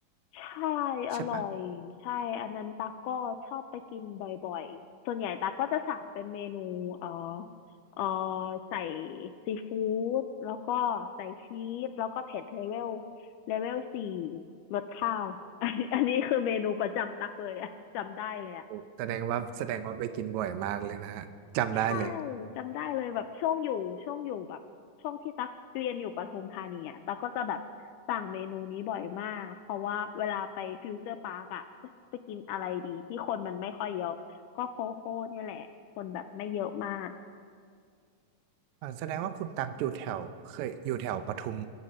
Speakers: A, on the left; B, on the right.
A: ใช่อร่อยใช่อันนั้นตาก็ชอบไปกินบ่อยๆ
B: ใช่ปะ
A: ส่วนใหญ่ตาก็จะสั่งเป็นเมนูเอ่อเอ่อใส่ซีฟู้ดแล้วก็ใส่ชีสแล้วก็เผ็ดเลเวลเลเวลสี่รสข้าว <laughs> อันอันนี้คือเมนูประจำตักเลยอะจำได้เลยอะ
B: โอ้แสดงว่าแสดงว่าไปกินบ่อยมากเลยนะฮะจำได้เลย
A: ใช่จำได้เลยแบบช่วงอยู่ช่วงอยู่แบบช่วงที่ตักเรียนอยู่ปทุมธานีอ่ะตักก็จะแบบสั่งเมนูนี้บ่อยมากเพราะว่าเวลาไปฟิวเจอร์ปาร์กอ่ะจะกินอะไรดีที่คนมันไม่ค่อยเยอะก็โคโค่เนี่ยแหละคนแบบไม่เยอะมาก <laughs>
B: อ่าแสดงว่าคุณตักอยู่แถวเคยอยู่แถวปทุม